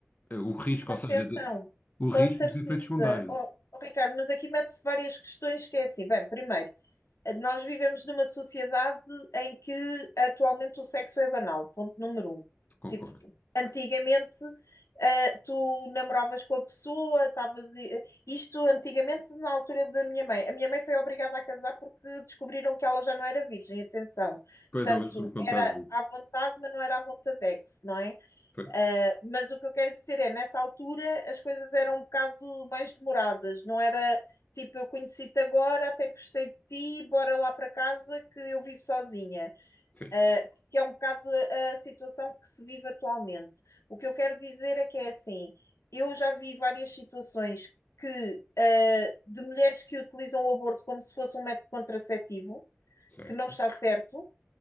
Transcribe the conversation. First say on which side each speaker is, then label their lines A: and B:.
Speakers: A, on the left (about 35°); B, on the left (about 90°).
A: eh, O risco,
B: Atenção,
A: ou seja, de- o
B: com
A: risco
B: certeza.
A: de efeitos secundários.
B: Oh, oh, Ricardo, mas aqui mete-se várias questões que é assim. Bem, primeiro, nós vivemos numa sociedade em que atualmente o sexo é banal, ponto número um.
A: Concordo.
B: Tipo, antigamente, eh, tu namoravas com a pessoa, estavas. eh, Isto antigamente, na altura da minha mãe. A minha mãe foi obrigada a casar porque descobriram que ela já não era virgem, atenção.
A: Pois
B: Portanto,
A: eu lembro-me de contar.
B: era
A: de-
B: à vontade, mas não era à vontadex, não é?
A: Pois,
B: Uh, Mas o que eu quero dizer é, nessa altura as coisas eram um bocado mais demoradas, não era tipo eu conheci-te agora, até gostei de ti, bora lá para casa que eu vivo sozinha.
A: sim,
B: Ah, que é um bocado a situação que se vive atualmente. O que eu quero dizer é que é assim, eu já vi várias situações que ah, de mulheres que utilizam o aborto como se fosse um método contraceptivo,
A: certo,
B: que não está certo.